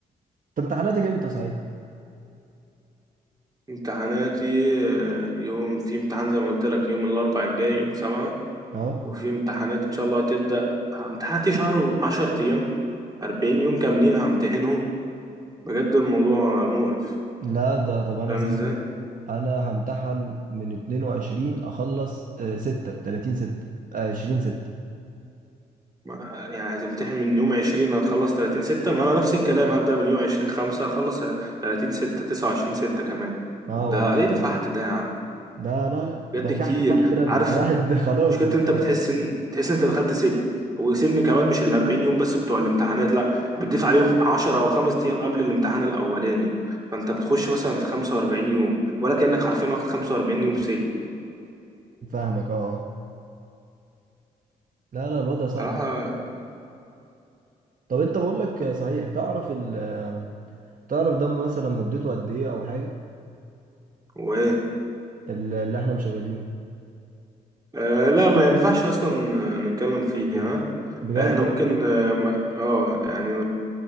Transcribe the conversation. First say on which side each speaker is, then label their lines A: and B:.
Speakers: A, on the right; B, on the right.
A: انت امتحاناتك امتى صحيح؟
B: امتحاناتي آه، يوم في امتحان زي ما قلت لك يوم الاربع الجاي يوم سبعة
A: اه
B: وفي امتحانات ان شاء الله هتبدأ امتحاناتي شهر وعشر ايام 40 يوم كاملين همتحنهم بجد الموضوع مقرف
A: لا ده طب انا
B: فاهم
A: صاحبي
B: ازاي
A: انا همتحن من 22 اخلص آه، 6 30 6 آه، 20 6
B: ما- يعني هتمتحن من يوم 20 هتخلص 30 6 ما انا نفس الكلام هبدأ من يوم 20 5 هخلص 30 6 29 6 كمان
A: اه
B: ده
A: والله
B: ايه الفحت ده يا عم
A: ده لا لا
B: بجد
A: ده
B: كتير
A: تحت فحت رد
B: عارف
A: الواحد <laughs> خلاص
B: مشكلة
A: يعني
B: إن انت بتحس ان تحس إن انت دخلت سجن وسجن كمان مش ال 40 يوم بس بتوع الامتحانات لا بتضيف عليهم 10 او 5 ايام قبل الامتحان الاولاني فانت بتخش مثلا في 45 يوم ولا كأنك حرفيا واخد 45 يوم سجن
A: فاهمك اه لا لا الوضع صعب
B: صراحة
A: طب انت بقول لك آه، صحيح تعرف ال آه، تعرف ده مثلا مدته قد ايه او حاجه
B: و
A: ال- اللي احنا مشغلينه
B: آه لا ما ينفعش اصلا نتكلم فيها
A: بجد
B: احنا ممكن اه ما- آه، يعني